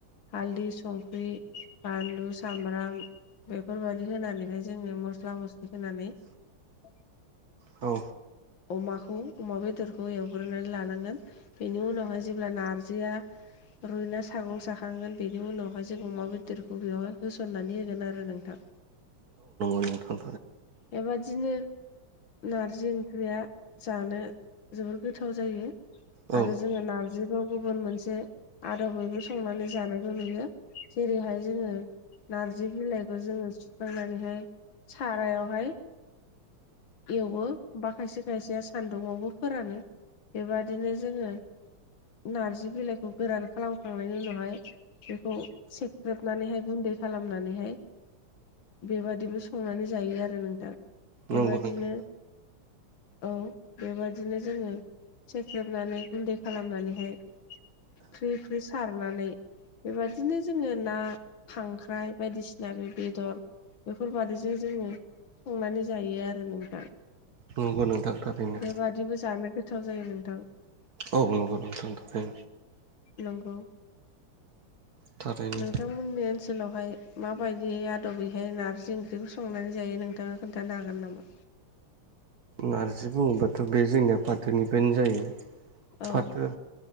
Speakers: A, on the left; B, on the right.
A: हालदै संख्रि बानलु सामब्राम बेफोरबायदि होनानैहाय जोङो मस्ला मस्लि होनानै <inaudible>
B: औ
A: अमाखौ अमा बेदरखौ एवग्रोनानै लानांगोन बेनि उनावहाय जेब्ला नारजिया रुइना सागं साखांगोन बेनि उनावहाय जों अमा बेदरखौ बेवहाय होसननानै होगोन आरो नोंथां
B: ओ‌ नोंथां
A: बेबादिनो नारजि ओंख्रिया जानो जोबोर गोथाव जायो
B: औ
A: आरो जोङो नारजिखौ गुबुन मोनसे आदब बयबो संनानै जानायखौ नुयो जेरैहाय जोङो नारजि बिलाइखौ जोङो सुखांनानैहाय सारायावहाय एवो बा खायसे खायसे सान्दुंआवबो फोरानो बेबादिनो जोङो नारजि बिलाइखौ गोरान खालामखांनायनि उनावहाय बेखौ सेख्रेबनानैहाय गुन्दै थै खालामनानैहाय बेबादिबो संनानै जायो आरो नोंथां बेबादिनो
B: नंगौ नोंथां नंगौ नोंथां थारैनो
A: औ बेबादिनो जोङो सेख्रेबनानै गुन्दै खालामनानैहाय फिरि फिरि सारनानै बेबादिनो जोङो ना खांख्राइ बायदिसिना बे बेदर बेफोरबादिजों जोङो संनानै जायो आरो नोंहा
B: नंगौ नोंथां थारैनो
A: बेबादिबो जानो गोथाव जायो नों
B: औ औ नोंखौ नोंथां।
A: नंगौ
B: थारैनो
A: नोंथांमोननि ओनसोलाव बेहाय माबायदि आदबैहाय नारजि ओंख्रिखौ संनानै जायो नोंथाङा खोन्थानो हागोन नामा?
B: नारजि बुङोबाथ' बे जोंनिया फाथोनिफ्रायनो जायो
A: औ
B: फाथो